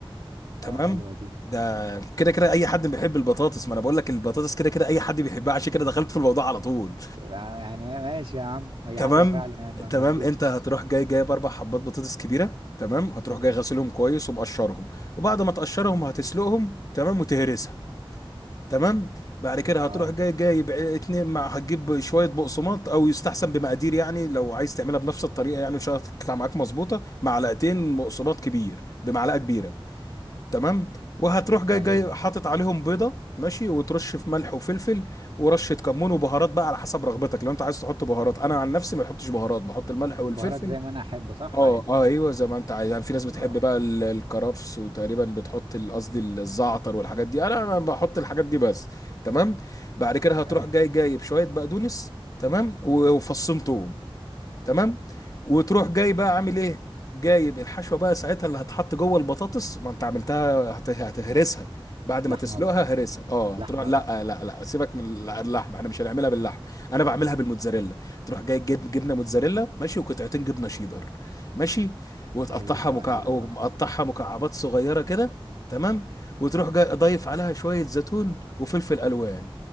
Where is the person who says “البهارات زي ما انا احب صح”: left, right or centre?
Right